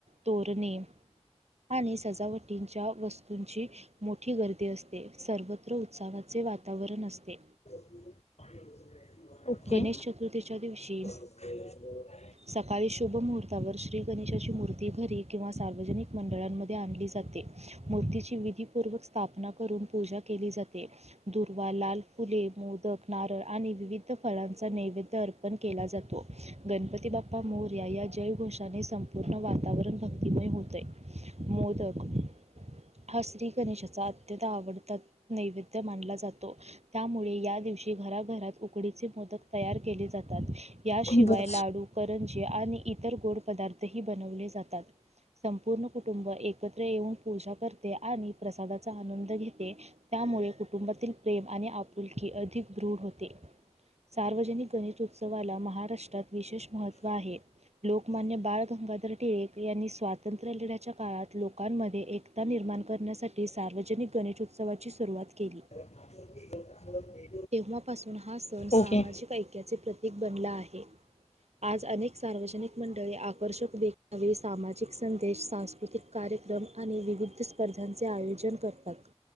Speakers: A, on the right; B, on the left.
A: तोरणे आणि सजावटींच्या वस्तूंची मोठी गर्दी असते. सर्वत्र उत्साहाचे वातावरण असते.
B: <inaudible> ओके
A: गणेश चतुर्थीच्या दिवशी
B: <unintelligible>
A: सकाळी शुभ मुहूर्तावर श्री गणेशाची मूर्ती घरी किंवा सार्वजनिक मंडळांमध्ये आणली जा ते. मूर्तीची विधी पूर्वक स्थापना करून पूजा केली जाते. दुर्वा, लाल फुले, मोदक, नारळ आणि विविध फळांचा नैवेद्य अर्पण केला जातो. गणपती बाप्पा मोरया या जयघोषाने संपूर्ण वातावरण भक्तिमय होतय. मोदक, हा श्रीगणेशाचा अत्यंत आवडता नैवेद्य मानला जातो. त्यामुळे या दिवशी घराघरात उकडीचे मोदक तयार केले जातात. याशिवाय
B: बर
A: लाडू, करंजी आणि इतर गोड पदार्थही बनवले जातात. संपूर्ण कुटुंब एकत्र येऊन पूजा करते आणि प्रसादाचा आनंद घेते. त्यामुळे कुटुंबातील प्रेम आणि आपुलकी अधिक दृढ होते. सार्वजनिक गणेशउस्तवाला महाराष्ट्रात विशेष महत्त्व आहे. लोकमान्य बाळ गंगाधर टिळक यांनी स्वातंत्र्य लिण्याच्या काळात लोकांमध्ये एक ता निर्माण करण्यासाठी सार्वजनिक गणेशोत्सवाची सुरुवात केली.
B: <unintelligible>
A: तेव्हापासून हा सण सामाजिक
B: ओके
A: ऐक्याचे प्रतीक बनला आहे. आज अनेक सार्वजनिक मंडळी आकर्षक देखावे, सामाजिक संदेश सास कृतिक कार्यक्रम आणि विविध स्पर्धांचे आयोजन करतात.